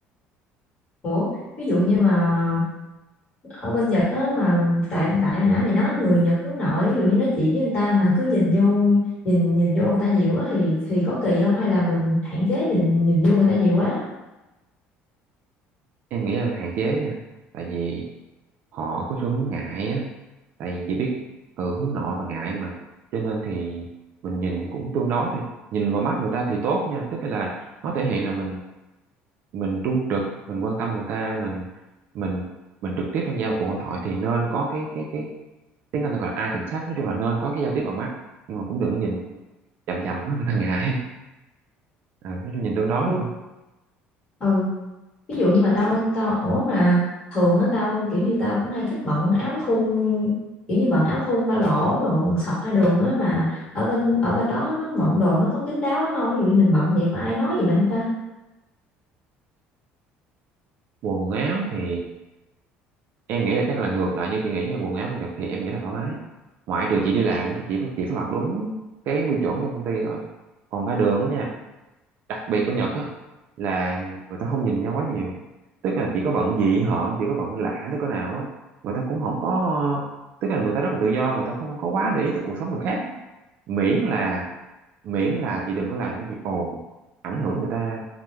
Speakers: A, on the left; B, on the right.
A: ủa ví dụ như mà ở bên Nhật á mà tại tại mày nãy mày nói người Nhật hướng nội ví dụ như nói chuyện với người ta mà cứ nhìn vô nhìn nhìn vô người ta nhiều quá thì thì có kỳ không hay là mình hạn chế nhìn nhìn vô người ta nhiều quá
B: em nghĩ là hạn chế nha tại vì họ có xu hướng ngại á tại vì chỉ biết ừ, hướng nội và ngại mà cho nên thì mình nhìn thì cũng tương đối thôi nhìn vào mắt người ta thì tốt nha tức là nó thể hiện là mình mình trung trực mình quan tâm người ta mình mình mình trực tiếp tham gia vào cuộc hội thoại thì nên có cái cái cái tiếng Anh ta gọi là eye contact nói chung là nên có cái giao tiếp bằng mắt nhưng mà cũng đừng có nhìn chằm chằm quá người ta ngại <laughs> Ờ, nói chung nhìn tương đối
A: ừ.
B: thôi
A: ừ. ví dụ như mà tao tao ủa mà thường á tao kiểu như tao cũng hay thích bận áo thun kiểu như bận áo thun ba lỗ rồi bận quần sọt ra đường á mà ở bên ở bên đó nó bận đồ nó có kín đáo lắm không ví dụ như mình bận vậy có ai nói gì mình không ta
B: quần áo thì em nghĩ là chắc là ngược lại như chị nghĩ nha quần áo mình được thì em nghĩ là thoải mái á. ngoại trừ chị đi làm thì chị phải chỉ phải mặc đúng cái quy chuẩn trong công ty thôi còn ra đường á nha đặc biệt của Nhật á là người ta không nhìn nhau quá nhiều tức là chị có bận dị hợm chị có bận lạ tới cỡ nào á người ta cũng không có tức là người ta rất là tự do người ta không có quá để ý tới cuộc sống người khác miễn là miễn là chị đừng có làm cái gì ồn ảnh hưởng người ta